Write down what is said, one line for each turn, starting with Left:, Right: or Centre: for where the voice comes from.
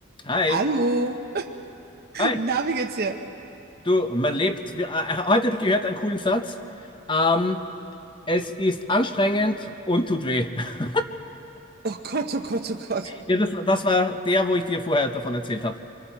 Left: Hi,
Right: Hallo,
Left: hi.
Right: na, wie geht's dir?
Left: Du, man lebt. Wir- äh, äh, Heute habe ich gehört einen coolen Satz. Ähm, es ist anstrengend und tut weh. <laughs>
Right: Oh Gott, oh Gott, oh Gott.
Left: Ja, das, das war der, wo ich dir vorher davon erzählt habe.